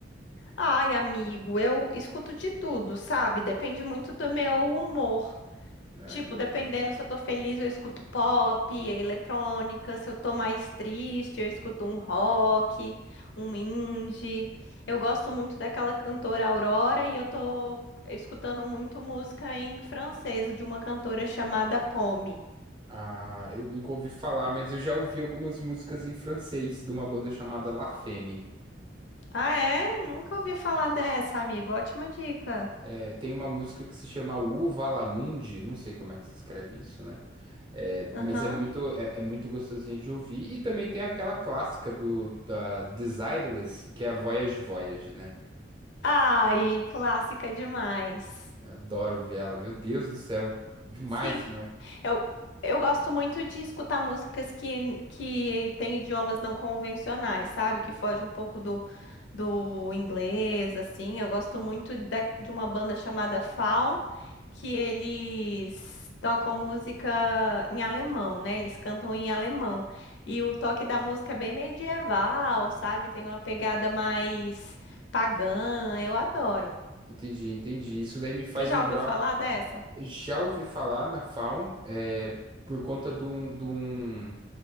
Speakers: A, on the left (about 70°); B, on the right (about 25°).
A: Ai, amigo, eu escuto de tudo, sabe? Depende muito do meu humor.
B: Ah,
A: Tipo,
B: entendo.
A: dependendo se eu tô feliz, eu escuto pop, eletrônica, se eu tô mais triste, eu escuto um rock, um indie. Eu gosto muito daquela cantora Aurora e eu tô escutando muito música em francês de uma cantora chamada Pomme.
B: Ah, eu nunca ouvi falar, mas eu já ouvi algumas músicas em francês de uma banda chamada La Femme.
A: Ah, é? Nunca ouvi falar dessa, amigo. Ótima dica.
B: É, tem uma música que se chama Uva la Mundi, não sei como é que se escreve isso, né? É,
A: Aham.
B: mas é muito, é, é muito gostosinha de ouvir. E também tem aquela clássica do, da Desireless, que é a Voyage Voyage, né?
A: Ai, clássica demais.
B: Adoro ouvir ela, meu Deus do céu, demais,
A: Sim,
B: demais.
A: Eu, eu gosto muito de escutar músicas que, que têm idiomas não convencionais, sabe? Que fogem um pouco do, do inglês, assim. Eu gosto muito da- de uma banda chamada Faun, que eles tocam música em alemão, né? Eles cantam em alemão. E o toque da música é bem medieval, sabe? Tem uma pegada mais pagã. Eu adoro.
B: Entendi, entendi. Isso daí me faz
A: Você já
B: lembrar.
A: ouviu falar dessa?
B: Já ouvi falar na Faun, é, por conta de um, de um-